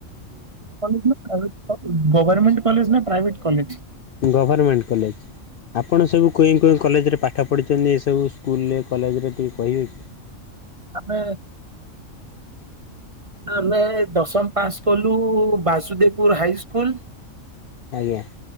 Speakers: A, on the right; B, on the left.
A: ଗଭର୍ମେଣ୍ଟ କଲେଜ ନା ପ୍ରାଇଭେଟ୍ କଲେଜ ଗଭର୍ମେଣ୍ଟ କଲେଜ ନା ପ୍ରାଇଭେଟ କଲେଜ?
B: Government college. ଆପଣ ସବୁ କୁଇଁ କୁଇଁ କଲେଜରେ ପାଠ ପଢ଼ିଛନ୍ତି ଏ ସବୁ ସ୍କୁଲରେ କଲେଜରେ ଟିକେ କହିବେ କି?
A: ଆମେ। ଆମେ ଦଶମ ପାସ କଲୁ ବାସୁଦେବପୁର ହାଇ ସ୍କୁଲ।
B: ଆଜ୍ଞା।